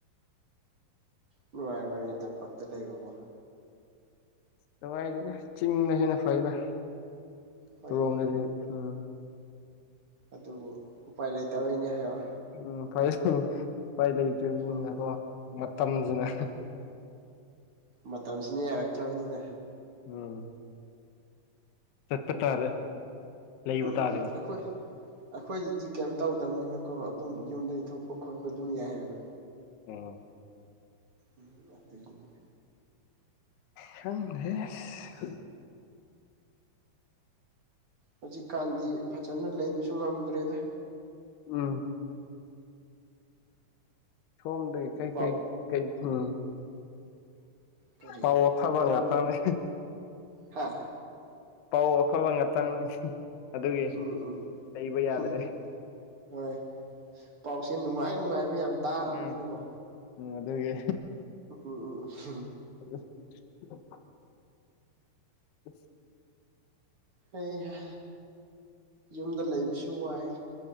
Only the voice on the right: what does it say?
ꯅꯨꯡꯉꯥꯏꯕ꯭ꯔꯅꯦ ꯇꯝꯄꯥꯛꯇ ꯂꯩꯕꯕꯨ
ꯍꯣꯏꯅꯦ
ꯑꯗꯨꯕꯨ ꯎꯄꯥꯏ ꯂꯩꯇꯕꯩꯅꯦ ꯍꯥꯏꯕ
ꯎꯝ ꯎꯝ
ꯎꯝ ꯃꯇꯝꯁꯤꯅ ꯌꯥꯔꯛꯇ꯭ꯔꯕꯅꯤꯅ
ꯎꯝ
ꯑꯩꯈꯣꯏ ꯑꯩꯈꯣꯏꯗꯗꯤ ꯀꯩꯝ ꯇꯧꯗꯕꯅꯤꯅꯀꯣ ꯑꯗꯨꯝ ꯌꯨꯝꯗꯒꯤ ꯊꯣꯛꯄ ꯈꯣꯠꯄ ꯑꯗꯨꯝ ꯌꯥꯏꯑꯕ
ꯎꯝ ꯑꯗꯨꯒꯤꯅꯦ
ꯍꯧꯖꯤꯛꯀꯥꯟꯗꯤ ꯐꯖꯅ ꯂꯩꯕꯁꯨ ꯉꯝꯗ꯭ꯔꯦꯗ
ꯄꯥꯎ
ꯀꯔꯤ
ꯍꯔꯛꯑꯣꯅꯦ
ꯍꯥꯥ
ꯎꯝ
ꯎꯝ ꯍꯣꯏ ꯄꯥꯎꯁꯦ ꯅꯨꯡꯉꯥꯏ ꯅꯨꯡꯉꯥꯏꯕ ꯌꯥꯝ ꯇꯥꯔꯕꯅꯤꯅꯀꯣ
ꯎꯝ
ꯍꯩꯍꯥ ꯌꯨꯝꯗ ꯂꯩꯕꯁꯨ ꯋꯥꯏ